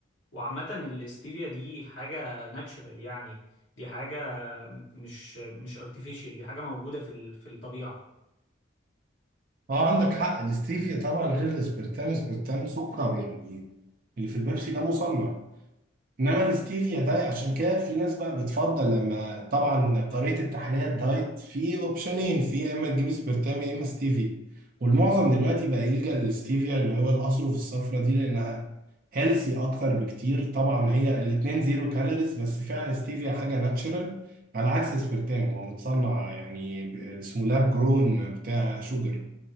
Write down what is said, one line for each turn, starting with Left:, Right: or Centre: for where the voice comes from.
Left: وعامة الاستيفيا دي حاجة ناتشرال يعني دي حاجة مش مش ارتفيشال دي حاجة موجودة في ال- في الطبيعة
Right: اه عندك حق الاستيفيا طبعا غير الاسبرتام اسبرتام سكر يعني اللي في البيبسي ده مصنع انما الاستيفيا ده عشان كده في ناس بقى بتفضل لما طبعا طريقه التحليه الدايت في اوبشنين في يا اما تجيب اسبرتام يا اما ستيفيا والمعظم دلوقتي بقى يلجأ للاستيفيا اللي هو الاظرف الصفرا دي لانها هيلسي اكتر بكتير طبعا هي الاتنين زيرو كالوريز بس فعلا ستيفيا حاجه ناتشرال على عكس اسبرتام هو متصنع يعني ب- اسمه لاب جرون بتاع شوجر